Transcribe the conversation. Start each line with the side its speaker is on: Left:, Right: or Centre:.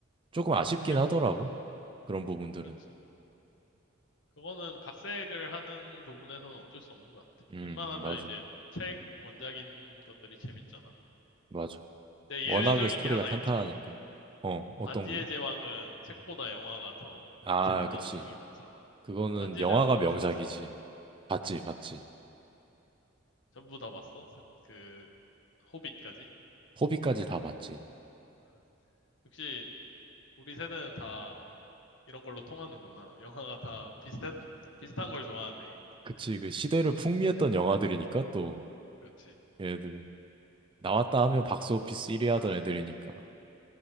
Right: 조금
Left: 그렇지.
Right: 아쉽긴
Left: 책,
Right: 하더라고. 그런 부분들은.
Left: 그렇지. 그거는 각색을 하는 부분에서는 어쩔 수 없는 것 같아.
Right: 음,
Left: 웬만하면
Right: 맞아.
Left: 이제 책 원작인 것들이 재밌잖아.
Right: 맞아.
Left: 근데
Right: 워낙에
Left: 예외적인
Right: 스토리가
Left: 게 하나
Right: 탄탄하니까.
Left: 있지.
Right: 어, 어떤
Left: 반지의
Right: 거지?
Left: 제왕은 책보다 영화가 더
Right: 아,
Left: 재밌다는
Right: 그치.
Left: 평이 많잖아.
Right: 그거는
Left: 반지의
Right: 영화가
Left: 제왕도
Right: 명작이지.
Left: 혹시 봤어?
Right: 봤지, 봤지.
Left: 전부 다 봤어? 세- 그, 호빗까지?
Right: 호비까지 다 봤지.
Left: 어, 역시 우리 세대는 다 이런 걸로 통하는구나. 영화가 다 비슷한, 비슷한 걸 좋아하네.
Right: 그치. 그 시대를 풍미했던 영화들이니까 또
Left: 그렇지.
Right: 얘네들은 나왔다 하면 박스오피스 1위 하던 애들이니까.